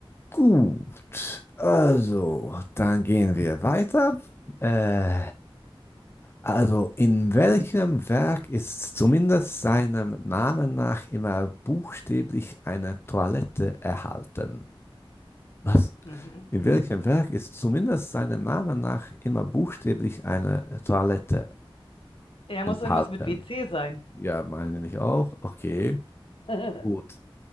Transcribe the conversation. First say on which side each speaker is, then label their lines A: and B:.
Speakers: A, on the left (about 25°); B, on the left (about 70°).
A: Gut, also, dann gehen wir weiter. Äh, also, in welchem Werk ist zumindest seinem Namen nach immer buchstäblich eine Toilette erhalten? Was?
B: Mhm.
A: In welchem Werk ist zumindest seinem Namen nach immer buchstäblich eine äh, Toilette
B: Er muss
A: enthalten?
B: irgendwas mit WC sein.
A: Ja, meine ich auch. Okay,
B: <laughs> Was
A: gut.